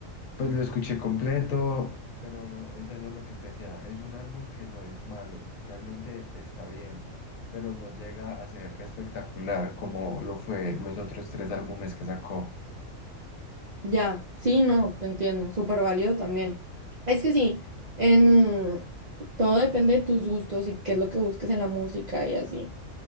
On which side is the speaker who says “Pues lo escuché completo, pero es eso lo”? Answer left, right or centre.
Left